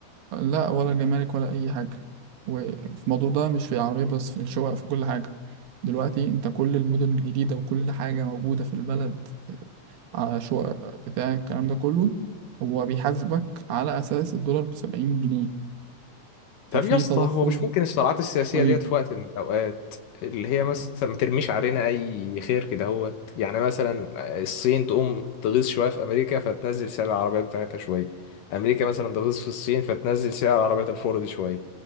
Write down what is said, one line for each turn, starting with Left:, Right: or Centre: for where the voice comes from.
Right: لا ولا جمارك ولا اي حاجه وفي الموضوع ده مش في العربيه بس في الشقق في كل حاجه دلوقتي انت كل المدن الجديده وكل حاجه موجوده في البلد على شقق بتاع الكلام ده كله هو بيحاسبك على اساس الدولار ب 70 جنيه ففي
Left: طب يا اسطى
Right: تضخم
Left: هو مش ممكن الصراعات السياسية
Right: طيب
Left: ديت في وقت من الأوقات اللي هي مثلا ما ترميش علينا أي خير كده هوت يعني مثلا الصين تقوم تغيظ شوية في أمريكا فتنزل سعر العربيات بتاعتها شوية أمريكا مثلا تغيظ في الصين فتنزل سعر عربيات الفورد شوية